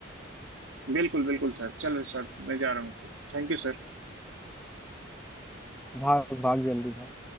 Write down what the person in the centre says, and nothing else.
भाग भाग जल्दी भाग